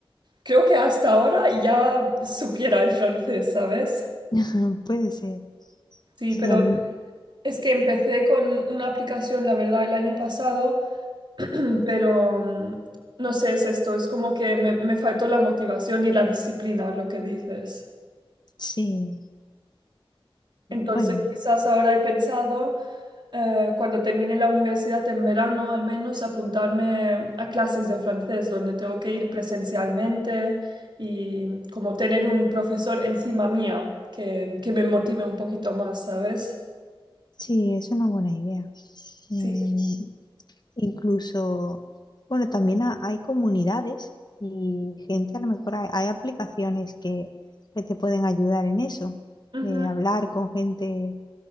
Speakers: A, on the right; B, on the left.
A: creo que hasta ahora ya supiera el francés, ¿sabes?
B: <laughs> puede ser.
A: Sí,
B: Sí,
A: pero
B: a mí,
A: es que empecé con una aplicación, la verdad, el año pasado <clears throat> pero mm, no sé, es esto, es como que me, me faltó la motivación y la disciplina, lo que dices.
B: sí.
A: Entonces,
B: Bueno,
A: quizás ahora he pensado, eh, cuando termine la universidad en verano, al menos apuntarme a clases de francés, donde tengo que ir presencialmente y mm, como tener un profesor encima mía que, que me motive un poquito más, ¿sabes?
B: sí, es una buena idea. Mm,
A: Sí.
B: incluso, bueno, también ha- hay comunidades y gente, a lo mejor hay, hay aplicaciones que, que te pueden ayudar en eso,
A: Ujú.
B: de hablar con gente